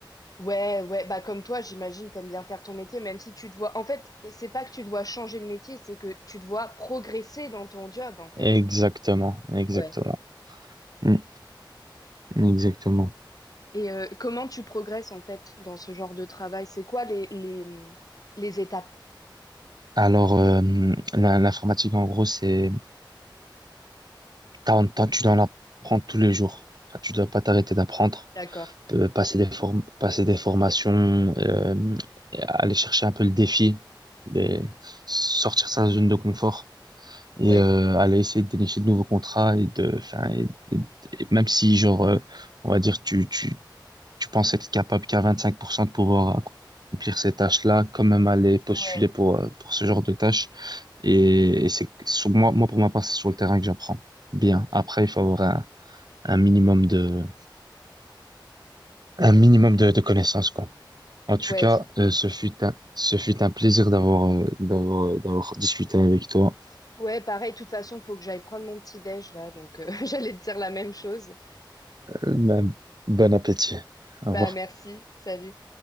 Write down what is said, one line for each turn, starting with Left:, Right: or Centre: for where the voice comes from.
Left: Ouais, ouais, bah comme toi, j'imagine, t'aimes bien faire ton métier, même si tu te vois. En fait, c'est pas que tu te vois changer de métier, c'est que tu te vois progresser dans ton job, en fait.
Right: Exactement, exactement.
Left: Ouais.
Right: Mm, exactement.
Left: Et euh, comment tu progresses, en fait, dans ce genre de travail? C'est quoi les, les, les étapes?
Right: Alors, euh, la- l'informatique, en gros, c'est, t'as- t'as- tu dois en apprendre tous les jours. Enfin, tu dois pas t'arrêter d'apprendre,
Left: D'accord.
Right: Euh, passer des form- passer des formations, euh, et aller chercher un peu le défi, des- sortir de sa zone de confort et
Left: Ouais,
Right: euh, aller essayer de dénicher de nouveaux contrats et de, enfin, et- et- et même si genre, euh, on va dire, tu, tu tu penses être capable qu'à 25% de pouvoir accomplir ces tâches-là, quand même aller postuler
Left: ouais,
Right: pour, euh, pour ce genre de tâches. Et, et c'est sur moi, moi, pour ma part, c'est sur le terrain que j'apprends. Bien. Après, il faut avoir un, un minimum de, un minimum de, de connaissances, quoi. En tout
Left: ouais.
Right: cas, euh, ce fut un, ce fut un plaisir d'avoir, euh, d'avoir, d'avoir discuté avec toi.
Left: Ouais, pareil, de toute façon, faut que j'aille prendre mon petit déj là, donc euh, <laughs> j'allais te dire la même chose.
Right: Euh, ben, bon appétit.
Left: Bah
Right: Au revoir.
Left: merci, salut.